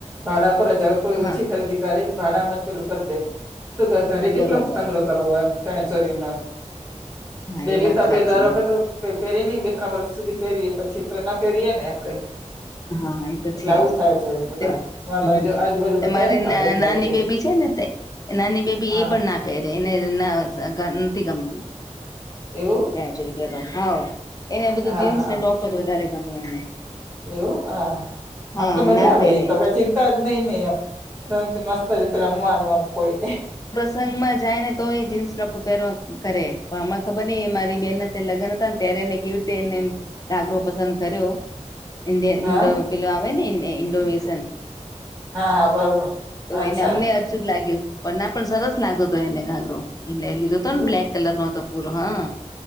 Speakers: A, in the centre; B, on the left.
A: ભાડા પરજાવ કોઈ
B: હા
A: ઓછી ખરીદી કરે ભાડામાં પેલું કરી દે તો ઘરે કેટલો
B: બરોબર
A: સંગ્રહ કરવો હોય ચણીયા ચોળી નો.
B: હા
A: ડેલી
B: એ વાત
A: તો આપણે
B: સાચી
A: દર વખતે પહેરી ની બે ત્રણ વર્ષ સુધી પહેરીએ પછી તો એ ના પહેરીએ ને આપડે.
B: હા એ તો
A: એટલે
B: છે
A: આવું
B: જ
A: થાય છે બધા
B: તે
A: અમારી
B: હમ
A: બાજુ આજુબાજુ બધાય
B: મારી
A: ને ભાડે જ
B: નાની
A: લાવી દે
B: બેબી છે ને તે એ નાની બેબી
A: હા
B: એ પણ ના પેરે એને ના સા નથી ગમતું.
A: એવું
B: ચણીયા ચોળી પહેરવા હાવ એને બધું
A: હા
B: જીન્સ
A: હા
B: ને ટોપ જ વધારે ગમે એને.
A: એવું હા
B: હા
A: આમ તો મજા
B: ના
A: આવે
B: પહેરે
A: એ તો કઈ ચિંતા જ નહી નહી આમ સા મસ્ત રીતે રમવાનું આમ કોઈ
B: સંગમાં જાય ને તો એ જીન્સ, ટોપ પહેરવા કરે પણ અ ખબર નહ એ મારી બેન લગ્ન હતા ને ત્યારે એને કેવી રીતે એને કાગરો પસંદ કર્યો ઇન્ડ
A: હા
B: ઇન્ પેલો આવે ને ઇન્ડોનેશિયન
A: હા હા બરોબર
B: તો
A: અચ્છા
B: એને અમને અર્ચુત લાગ્યું પણ ના પણ સરસ લાગતો હતો, એને ઘાગરો એટ એલ્ ર હતોને
A: એવું
B: બ્લક કલર નો હતો પૂરો હા